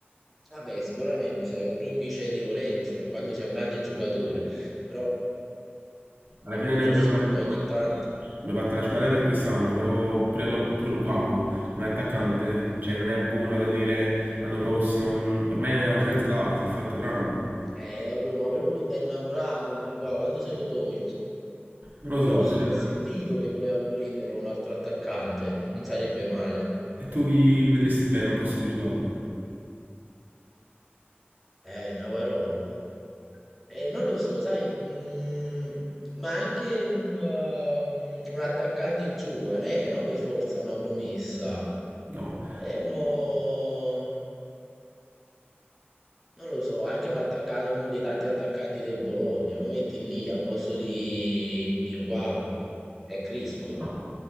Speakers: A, in the centre; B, on the right.
A: Vabbè, sicuramente serve pure un vice di Lorenzo, per quanto sia un grande giocatore, però
B: Alla fine
A: un
B: noi
A: sostituto
B: abbiamo fatto...
A: ogni tanto.
B: Mi ha fatto la squadra per quest'anno, però pure lo- pure Lukaku come attaccante, cioè non è buono da tenere l'anno prossimo, n- ormai è una certa età, si è fatto grande.
A: Eh, vabbè, ma quello Conte è innamorato di lui qua, quando se lo toglie?
B: Non lo
A: Però
B: so,
A: sì,
B: cioè,
A: ho sentito che volevano prenderlo un altro attaccante, non sarebbe male.
B: e tu chi vedresti bene al posto di Lukaku?
A: Eh, una parola. Eh, non lo so, sai, mm, ma anche un, um, un attaccante giovane, eh, no? Per forza una promessa.
B: No,
A: È uno, non lo so, anche un attaccante, uno dei tanti attaccanti del Bologna, lo metti lì al posto di, di Lukaku e crescono.
B: no.